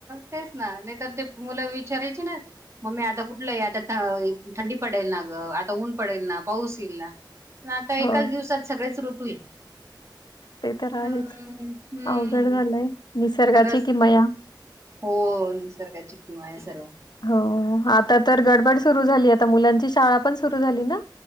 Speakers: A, on the right (about 35°); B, on the left (about 60°).
A: तेच ना नाही तरर ते मुलं चाराय ना मी आता कुठलं आता थंडी पडेल ना ग आता ऊन पडेल ना पाऊस. आता
B: हो
A: एकाच दिवसात सगळेच ऋतू आहे.
B: ते तर आहेच
A: हम्म हम्म
B: अवघड झालंय निसर्गाची
A: खरच.
B: किमया
A: हो निसर्गाची किमया सर्व हे सर्व
B: हो आता तर गडबड सुरु झाली आता मुलांची शाळा पण सुरु झाली ना.